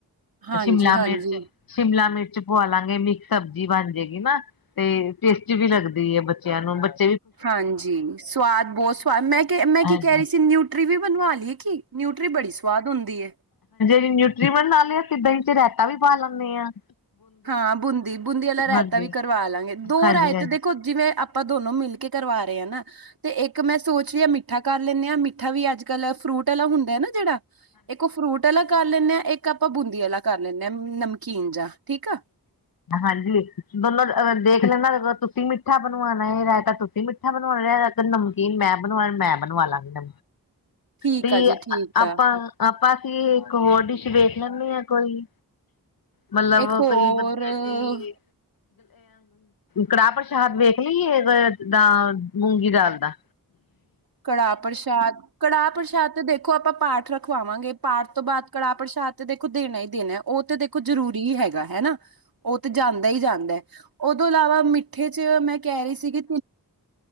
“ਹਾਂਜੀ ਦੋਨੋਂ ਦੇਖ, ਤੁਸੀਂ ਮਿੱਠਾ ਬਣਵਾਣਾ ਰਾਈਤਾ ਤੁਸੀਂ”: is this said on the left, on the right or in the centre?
Left